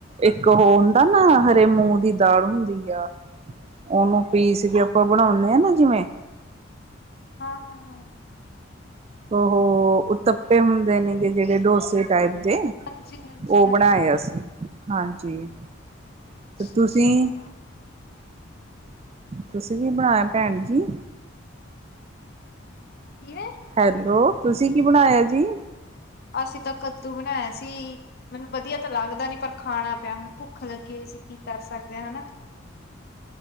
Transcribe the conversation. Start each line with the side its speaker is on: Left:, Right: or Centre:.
Right: ਇੱਕ ਓ ਹੁੰਦਾ ਨਾ ਹਰੇ ਮੂੰਹ ਦੀ ਦਾਲ ਹੁੰਦੀ ਆ। ਓਨੂੰ ਪੀਸ ਕੇ ਆਪਾਂ ਬਣਾਉਨੇ ਆਂ ਨਾ ਜਿਵੇਂ
Left: ਹਾਂ ਹਾਂ ਹਾਂ।
Right: ਓਹ ਉਤੱਪੇ ਹੁੰਦੇ ਨੇਗੇ ਜੇੜੇ ਡੋਸੇ ਟਾਈਪ ਦੇ।
Left: ਹਾਂਜੀ-ਹਾਂਜੀ-ਹਾਂਜੀ,
Right: ਓ ਬਣਾਏ ਅਸੀ ਹਾਂਜੀ।
Left: ਅੱਛਾ-ਅੱਛਾ।
Right: ਤੇ ਤੁਸੀਂ। ਤੁਸੀ ਕੀ ਬਣਾਏਆ ਭੈਣ ਜੀ?
Left: ਕੀਏ।
Right: ਹੈਲੋ, ਤੁਸੀ ਕੀ ਬਣਾਏਆ ਜੀ?
Left: ਅਸੀ ਤਾਂ ਕੱਦੂ ਬਨਾਏਆ ਸੀ। ਮੈਨੂੰ ਵਧੀਆ ਤਤੇ ਲੱਗਦਾ ਨੀ ਪਰ ਖਾਣਾ ਪੇਆ ਹੁਣ ਭੁ ਭੁੱਖ ਲੱਗੀ ਹੋਈ ਸੀ। ਕੀ ਕਰ ਸਕਦੇ ਆਂ ਹਨਾ।